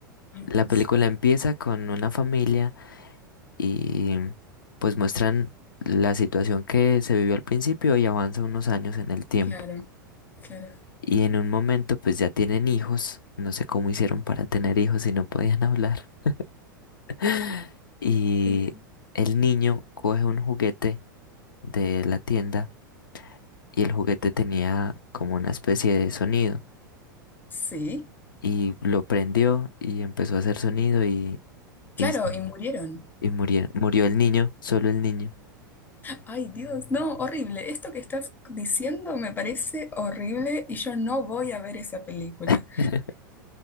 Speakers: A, on the left; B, on the left.
A: ay,
B: la
A: Dios.
B: película empieza con una familia y pues muestran la situación que se vivió al principio y avanza unos años en el tiempo.
A: Claro, claro.
B: Y en un momento pues ya tienen hijos, no sé cómo hicieron para tener hijos si no podían hablar. <laughs> Y
A: Eh,
B: el niño coge un juguete de la tienda y el juguete tenía como una especie de sonido
A: Sí,
B: y lo prendió y empezó a hacer sonido y,
A: claro,
B: y, se-
A: y murieron.
B: y murió, murió el niño, solo el niño.
A: Ay, Dios, no, horrible. Esto que estás diciendo me parece horrible y yo no voy a ver esa película.
B: <laughs>